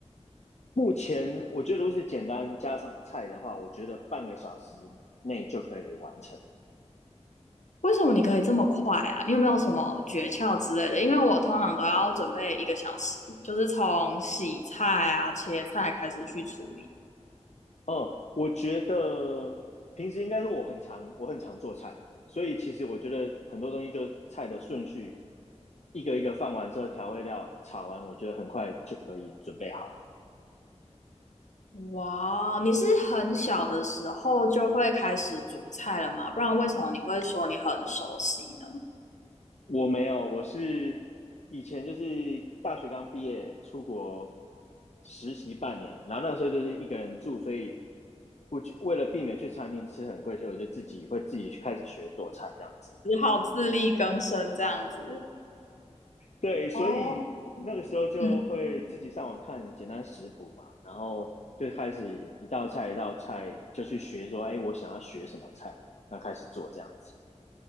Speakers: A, on the left; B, on the left.
A: 目前我觉得如果是简单加上菜的话，我觉得半个小时内就可以完成。
B: 为什么你可以这么快啊？你有没有什么诀窍之类的？因为我通常都要准备一个小时，就是从洗菜啊、切菜开始去处理。
A: 嗯，我觉得平时应该说我很常我很常做菜，所以其实我觉得很多东西就菜的顺序一个一个放完之后，调味料炒完，我觉得很快就可以准备好了。
B: 哇，你是很小的时候就会开始煮菜了吗？不然为什么你会说你很熟悉呢？
A: 我没有，我是以前就是大学刚毕业出国实习半年，然后那个时候就是一个人住，所以不就为了避免去餐厅吃很贵，所以我就自己会自己去开始学做菜这样子。
B: 只好自力更生这样子。
A: 对，所以那个时候就会自己上网看简单食谱嘛，
B: 哦，嗯，
A: 然后就开始一道菜一道菜就去学说，哎，我想要学什么菜，那开始做这样子。